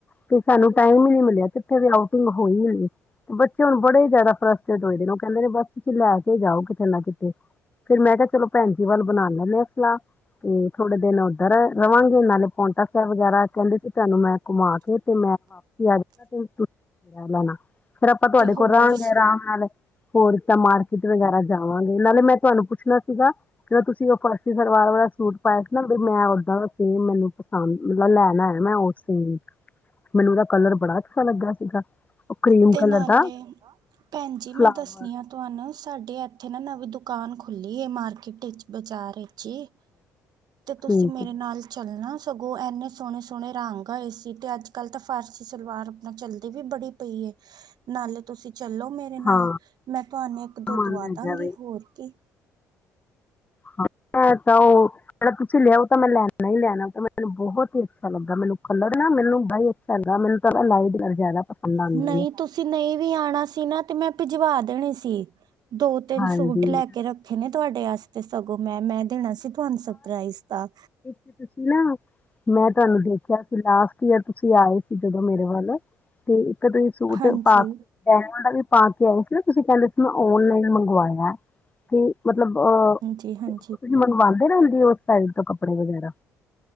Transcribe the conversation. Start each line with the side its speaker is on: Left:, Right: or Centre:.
Left: ਫਿਰ ਸਾਹਨੂੰ ਟਾਈਮ ਹੀ ਨੀ ਮਿਲਿਆ। ਕਿੱਥੇ ਵੀ ਆਊਟਿੰਗ ਹੋਈ ਈ ਨੀ। ਬੱਚੇ ਹੁਨ ਬੜੇ ਹੀ ਜਿਆਦਾ ਫਰਸਟ੍ਰੇਟ ਹੋਏ ਦੇ ਨੇਂ। ਉਹ ਕਹਿੰਦੇ ਨੇਂ, ਬਸ ਤੁਸੀ ਲੈ ਕੇ ਜਾਓ, ਕਿਤੇ ਨਾ ਕਿਤੇ। ਫਿਰ ਮੈਂ ਕਿਹਾ, ਚਲੋ ਭੈਨ ਜੀ ਵੱਲ ਬਨਾ ਲੈਨੇਂ ਹਾਂ ਸਲਾਹ। ਤੇ ਥੋੜੇ ਦਿਨ ਉੱਧਰ ਰਵਾਂਗੀ, ਨਾਲੇ ਪੌਂਟਾ ਸਾਹਿਬ ਵਗੈਰਾ ਕਹਿੰਦੇ ਸੀ ਤੁਹਾਨੂੰ ਮੈਂ ਘੁਮਾ ਕੇ ਤੇ ਮੈਂ ਵਾ <unintelligible> ਫਿਰ ਆਪਾਂ ਤੁਹਾਡੇ
Right: ਤੇ ਹੋਰ
Left: ਕੋਲ ਰਹਿਣਗੇ
Right: ਸ-
Left: ਆਰਾਮ ਨਾਲ। ਹੋਰ ਤਾ ਮਾਰਕੀਟ ਵਗੈਰਾ ਜਾਵਾਂਗੇ। ਨਾਲੇ ਮੈਂ ਤੁਹਾਨੂੰ ਪੁ ਛਿਆ ਸੀਗਾ, ਜਿਹੜਾ ਤੁਸੀ ਉਹ ਫਰਸੀ ਸਲਵਾਰ ਵਾਲਾ ਸੂਟ ਪਾਇਆ ਸੀ ਨਾ। ਬਈ ਮੈਂ ਉੱਹਦਾਂ ਦਾ ਸੇਮ ਸੂਟ ਪਸੰਦ, ਮਤਲਬ ਲੈਣਾ ਹੈ ਨਾ ਉਸੇ ਲਈ। ਮੈਨੂੰ ਉਹਦਾ ਕਲਰ ਬੜਾ ਅੱਛਾ ਲੱਗਿਆ ਸੀਗਾ। ਉਹ ਕਰੀਮ
Right: ਅਤੇ
Left: ਕਲਰ
Right: ਨਾਲੇ
Left: ਦਾ।
Right: ਭੈਣ ਜੀ ਮੈਂ
Left: ਫਲਾਵਰ
Right: ਦੱਸਦੀ ਹਾਂ ਤੁਹਾਨੂੰ, ਸਾਡੇ ਇੱਥੇ ਨਾ ਨਵੀਂ ਦੁਕਾਨ ਖੁੱਲੀ ਏ ਮਾਰਕੀਟ ਵਿਚ ਬਜਾਰੇ ਜੀ, ਤੇ ਤੁਸੀ
Left: ਠੀਕ
Right: ਮੇਰੇ
Left: ਹੈ
Right: ਨਾਲ ਚੱਲਨਾ, ਸਗੋਂ ਇੰਹਨੇਂ ਸੋਹਣੇ- ਸੋਹਣੇ ਰੰਗ ਆਏ ਸੀ। ਤੇ ਅੱਜ ਕੱਲ ਤਾ ਫਾਰਸੀ ਸਲਵਾਰ ਆਪਨਾ ਚੱਲਦੀ ਵੀ ਬੜੀ। ਪਈ ਏ, ਨਾਲੇ ਤੁਸੀ ਚੱਲੋ। ਮੇਰੇ ਨਾਲ,
Left: ਹਾਂ
Right: ਮੈਂ ਤੁਹਾਨੂੰ ਇੱਕ -ਦੋ
Left: ਮਨ
Right: ਦਵਾ
Left: ਹੈਗਾ
Right: ਦਾਂਗੀ।
Left: ਵੇ
Right: ਹੋਰ ਕੀ।
Left: ਹਾਂ ਐਹ ਤਾਂ ਉਹ। ਅਗਰ ਤੁਸੀ ਲਿਆਓ ਤਾਂ ਮੈਂ ਲੈਣਾ ਹੀ ਲੈਣਾ ਏ। ਓਹ ਤਾਂ ਮੈਨੂੰ ਬਹੁਤ ਹੀ ਅੱਛਾ ਲੱਗਿਆ। ਮੈਨੂੰ ਕਲਰ ਨਾ ਮੈਨੂੰ ਬਾਲਾ ਹੀ ਚੰਗਾ, ਮੈਨੂੰ ਤਾ ਨਾ ਲਾਈਟ ਕਲਰ ਜਿਆਦਾ ਪਸੰਦ ਆਉਂਦੇ
Right: ਨਹੀਂ
Left: ਨੇਂ।
Right: ਤੁਸੀਂ ਨਹੀਂ ਵੀ ਆਉਣਾ ਸੀ ਨਾ। ਤੇ ਮੈਂ ਭਿਜਵਾ ਦੇਣੇ ਸੀ। ਦੋ- ਤਿੰਨ
Left: ਹਾਂਜੀ
Right: ਸੂਟ ਲੈ ਕੇ ਰ ਖੇ ਨੇਂ ਤੁਹਾਡੇ ਵਾਸਤੇ ਸਗੋਂ ਮੈਂ, ਮੈਂ ਦੇਣਾ ਸੀ ਤੁਹਾਨੂੰ ਸਰਪ੍ਰਾਈਜ਼ ਤਾ।
Left: ਤੇ ਤੁਸੀਂ ਨਾ ਮੈਂ ਤੁਹਾਨੂੰ ਦੇਖਿਆ ਸੀ ਲਾਸਟ ਈਅਰ ਤੁਸੀ ਆਏ ਸੀ ਜਦੋਂ ਮੇਰੇ ਵੱਲ। ਤੇ ਇੱਕ ਤੁਸੀ ਸੂਟ
Right: ਹਾਂਜੀ
Left: ਪਾ ਕੇ ਗੋਲਡਨ ਪਾ ਕੇ ਆਏ ਸੀ ਨਾ। ਤੁਸੀ ਕਹਿੰਦੇ ਸੀ ਮੈਂ ਓਨਲਾਈਨ ਮੰਗਵਾਇਆ। ਤੇ ਮਤਲਬ ਅਹ
Right: ਤੇ ਹੁਨ
Left: ਤੁਸੀ ਮੰਗਵਾਉਂਦੇ ਰਹੁੰਦੇ ਹੋ, ਉਸ ਸਾਈਟ ਤੋ ਕੱਪੜੇ ਵਗੈਰਾ।